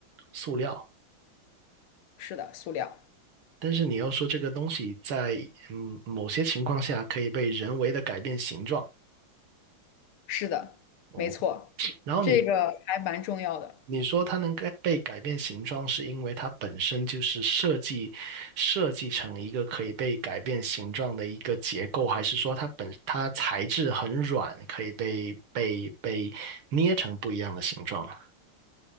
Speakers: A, on the right; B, on the left.
A: 塑料？
B: 是的，塑料。
A: 但是你要说这个东西在嗯某些情况下可以被人为的改变形状
B: 是的，
A: 哦，
B: 没错，
A: 然后你
B: 这个还蛮重要的。
A: 你说它能改被改变形状，是因为它本身就是设计设计成一个可以被改变形状的一个结构，还是说它本它材质很软，可以被被被捏成不一样的形状啊